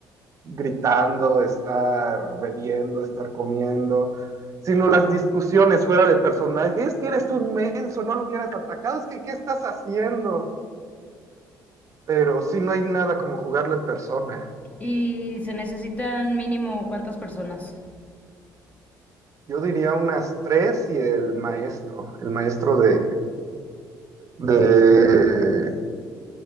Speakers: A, on the right (about 45°); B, on the left (about 20°).
A: gritando, estar bebiendo, estar comiendo, sino las discusiones fuera de personaje. Es que eres un menso, no lo hubieras atacado, es que ¿qué estás haciendo? Pero sí, no hay nada como jugarlo en persona.
B: Y se necesitan mínimo cuántas personas.
A: Yo diría unas tres y el maestro, el maestro de, de,